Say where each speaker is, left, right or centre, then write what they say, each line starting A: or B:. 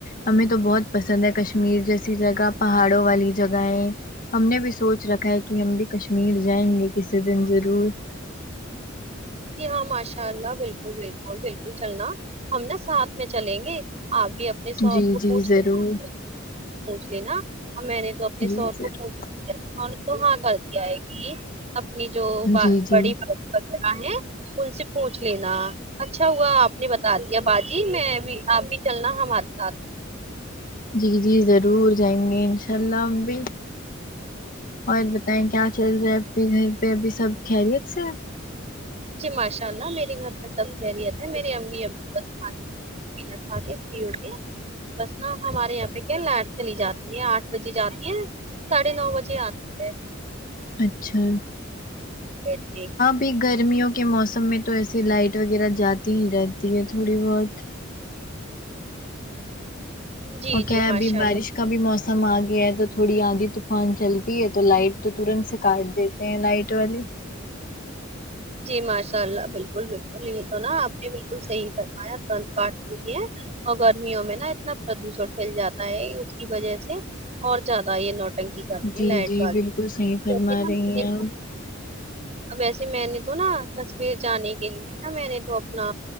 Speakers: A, on the left (about 45°); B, on the right (about 35°).
A: ہمیں تو بہت پسند ہے کشمیر جیسی جگہ پہاڑوں والی جگائیں ہم نے بھی سوچ رکھا ہے کی ہم بھی کشمیر جائیں گے کسی دن ضرور
B: جی ہاں ماشاء اللہ بالکل بالکل بالکل چلنا ہم نا ساتھ میں چلیں گے آپ بھی اپنے سوہر
A: جی
B: کو
A: جی
B: پوچھ
A: ضرور
B: لینا پوچھ لینا اور میں نے تو اپنے
A: جی
B: سوہر
A: ضرور
B: کو پوچھ لیا انہوں نے تو ہاں کر دیا ہے کی اپنی جو با
A: جی جی
B: بڑی بات وغیرہ ہے ان سے پوچھ لینا اچھا ہوا آپ نے بتا دیا باجی میں بھی آپ بھی چلنا ہمارے ساتھ
A: جی جی ضرور جائیں گے انشاء اللہ ہم بھی اور بتائیں کیا چل رہا اپنے گھر پہ ابھی سب خیریت سے ہے
B: جی ماشاء اللہ میری گھر پر سب خیریت ہے میری امی ابو بس کھان ا پینا کھا کے فری ہوکے بس نا ہمارے یہاں پہ کیا لائٹ چلی جاتی ہے آٹھ بجے جاتی ہے ساڑھے نو بجے آتی ہے
A: اچھا
B: <unintelligible>
A: اب گرمیوں کے موسم میں تو ایسی لائٹ وغیرہ جاتی ہی رہتی ہے تھوڑی بہت
B: جی
A: او کیا
B: جی ماشاء
A: ابھی
B: اللہ
A: بارش کا بھی موسم آ گیا ہے تو تھوڑی آندھی طوفان چلتی ہے تو لائٹ تو ترنت سے کاٹ دیت ے لائٹ والے
B: جی ماشاء اللہ بالکل بالکل یہ تو نا آپ نے بالکل صحیح فرمایا ترنت کاٹ لی ہے اور گرمیوں میں نا اتنا پدھوشن پھیل جاتا ہے اس کی وجہ سے اور زیادہ یہ نوٹنکی کرتی ہیں
A: جی
B: لائٹ
A: جی
B: والی
A: بالکل صحیح فرما
B: جیسے نا
A: رہی
B: میرے
A: ہیں آپ
B: ویسے میں نے تو نا کشمیر جانے کے لیے نا میں نے تو اپنا